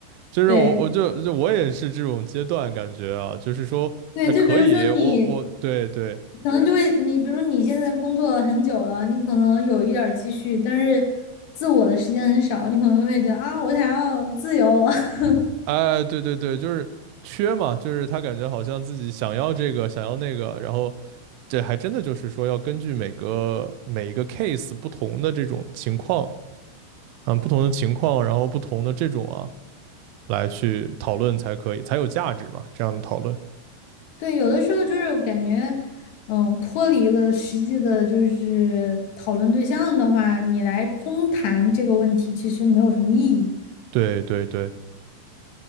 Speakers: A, on the right (about 85°); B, on the left (about 65°).
A: 就是我我就就我也是这种阶段感觉啊，
B: 对
A: 就是说，
B: 对，
A: 那可以，
B: 嗯就比如说你
A: 我我对对。
B: 可能就对会，你比如说你现在工作了很久了，你可能有一点儿积蓄，但是自我的时间很少，你可能会觉得啊，我想要自由。<laughs>
A: 哎，对对对，就是缺嘛，就是他感觉好像自己想要这个，想要那个，然后这还真的就是说要根据每个每一个 case 不同的这种情况，嗯，不同的情况，然后不同的这种啊，来去讨论才可以，才有价值嘛，这样的讨论。
B: 对，有的时候就是感觉，嗯，脱离了实际的，就是讨论对象的话，你来空谈这个问题，其实没有什么意义。
A: 对对对，